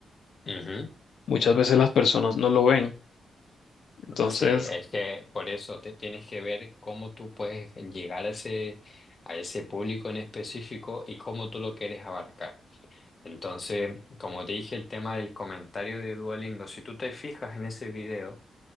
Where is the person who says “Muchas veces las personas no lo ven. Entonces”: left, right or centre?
Left